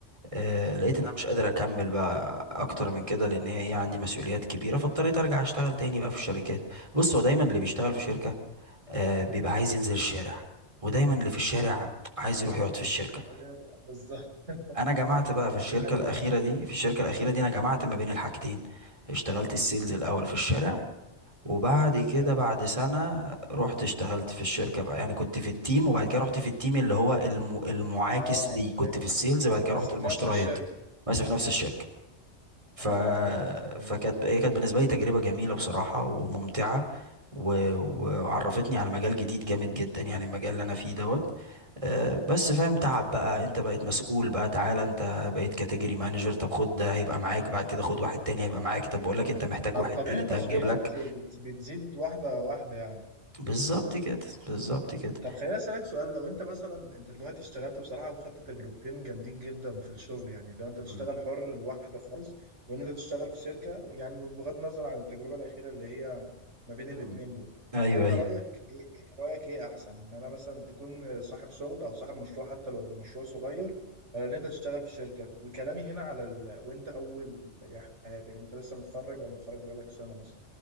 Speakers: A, on the right; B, on the right.
A: آه، لقيت
B: امم
A: ان انا مش قادر اكمل بقى اكتر من كده لان هي ايه عندي مسؤوليات كبيره فاضطريت ارجع اشتغل تاني بقى في الشركات بص هو دايما اللي بيشتغل في شركه آه، بيبقى عايز ينزل الشارع ودايما اللي في الشارع عايز يروح يقعد في الشركة
B: عايزين نبقى- بالظبط <laughs>
A: انا جمعت بقى
B: دي
A: في الشركة
B: حقيقة
A: الأخيرة دي في الشركة الأخيرة دي انا جمعت ما بين الحاجتين اشتغلت السيلز الأول في الشارع وبعد كده
B: حلو
A: بعد سنة رحت اشتغلت في الشركة بقى يعني كنت في التيم وبعد كده رحت في التيم اللي هو الم... المعاكس
B: آه
A: ليه كنت
B: فهمت
A: في السيلز بعد كده
B: بس
A: رحت
B: في
A: المشتريات
B: نفس الشركة
A: بس في نفس الشركة ف...
B: أيوه فهمت فهمت.
A: فكانت هي كانت بالنسبة لي تجربة جميلة بصراحة وممتعة و... و- وعرفتني على مجال جديد جامد جدا يعني المجال اللي انا فيه دوت أه بس فاهم تعب بقى انت بقيت مسؤول بقى تعالى انت بقيت كاتيجوري مانجر طب خد ده هيبقى معاك بعد كده خد واحد تاني هيبقى معاك طب بقول لك انت محتاج واحد
B: طبيعي
A: تالت
B: المسؤوليات
A: هنجيب لك
B: بت- بتزيد واحدة واحدة يعني
A: بالظبط كده بالظبط كده
B: طب خليني اسالك سؤال لو انت مثلا انت دلوقتي اشتغلت بصراحه وخدت تجربتين جامدين جدا في الشغل يعني لو انت تشتغل
A: مم.
B: حر لوحدك خالص وان انت تشتغل في شركه يعني بغض النظر عن التجربه الاخيره اللي هي ما بين
A: مم.
B: الاثنين دول
A: ايوه
B: انت
A: ايوه
B: رايك ايه إيه- رايك ايه احسن ان انا مثلا تكون صاحب شغل او صاحب مشروع حتى لو مشروع صغير ولا ان انت تشتغل في شركه وكلامي هنا على ال... وانت اول يعني حياتك يعني انت لسه متخرج او متخرج بقالك سنه مثلا